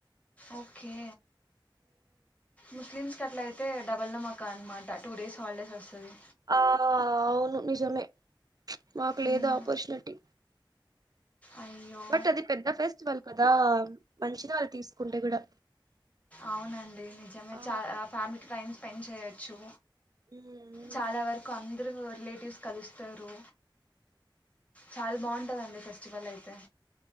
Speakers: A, on the left; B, on the right.
A: ఓకే ముస్లిమ్స్ కట్లా ఐ తే డబుల్ ధమాకా అనమాట టూ డేస్ హాలిడేస్ వస్తది
B: ఆహా అవును నిజమే మాకు
A: మ్,
B: లేదా ఆపర్చునిటీ
A: అయ్యో
B: బట్ అది పెద్ద ఫెస్టివల్ కదా మంచిది వాళ్ళు తీసుకుంటే కూడా
A: అవునండి నిజమే
B: ఆ
A: చాలా ఫ్యామిలీకి టైమ్ స్పెండ్ చేయొచ్చు
B: ఉమ్ ఉమ్.
A: చాలా వరకు అందురూ రిలేటివ్స్ కలుస్తారు చాల్ బావుంటదండి ఫెస్టివల్ ఐతే